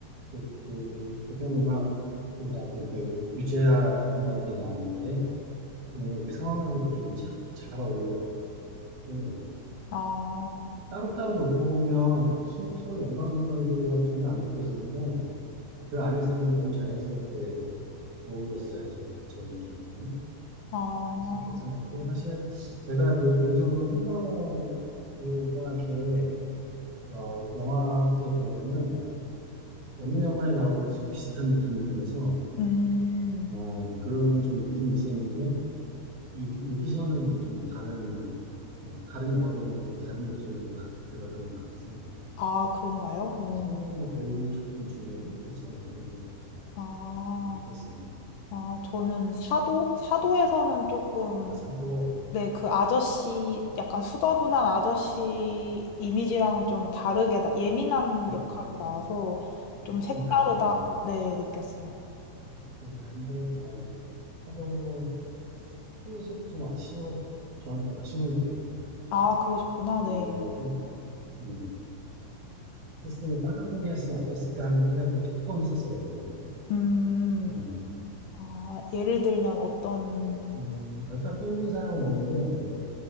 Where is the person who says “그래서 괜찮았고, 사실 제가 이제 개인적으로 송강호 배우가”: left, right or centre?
Right